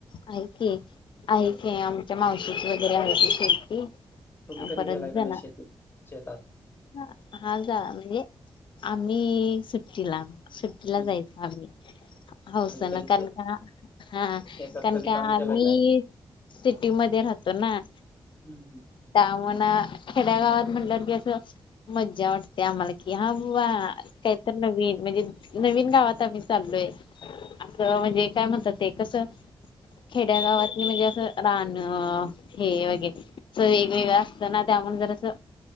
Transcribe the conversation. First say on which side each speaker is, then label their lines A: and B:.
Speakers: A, on the left; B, on the left.
A: आहे की, आहे की आमच्या मावशीची वगैरे आहे ती शेती.
B: तुम्ही कधी
A: परत
B: गेलाय का
A: जना
B: नाही शेतीत? शेतात
A: ह हा झा म्हणजे आम्ही सुट्टीला सुट्टीला
B: हं,
A: जायचं
B: हं.
A: आम्हीं हौसनं,
B: म्हणजे कधी
A: कारण
B: शेत
A: का हा..
B: शेतात
A: कारण
B: कधी
A: का
B: काम
A: आम्ही
B: केलंय काय?
A: सिटी मध्ये राहतो ना,
B: हम्म
A: त्या आम्हांना खेड्या गावात म्हटलंवर की असं मज्जा वाट टते आम्हांला की, हां बुवा कायतर नवीन म्हणजे नवीन गावात आम्ही चाललोय असं म्हणजे काय म्हणतात ते कसं खेड्या गावातनी म्हणजे असं रानं हे वगैरे असं वेगवेगळं असतं ना त्यामुळे जरा असं